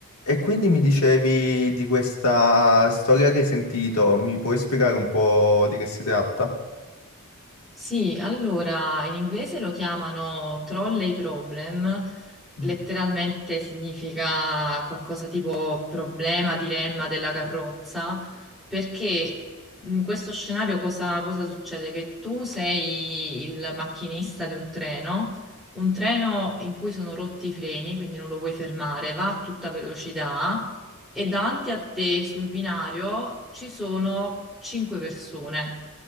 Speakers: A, on the left; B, in the centre.
A: E quindi mi dicevi di questa storia che hai sentito, mi puoi spiegare un po' di che si tratta?
B: Sì, allora in inglese lo chiamano trolley problem, letteralmente
A: Mm.
B: significa qualcosa tipo problema, dilemma della carrozza, perché in questo scenario cosa, cosa succede? Che tu sei il macchinista di un treno, un treno in cui sono rotti i freni, quindi non lo puoi fermare, va a tutta velocità e davanti a te sul binario ci sono cinque persone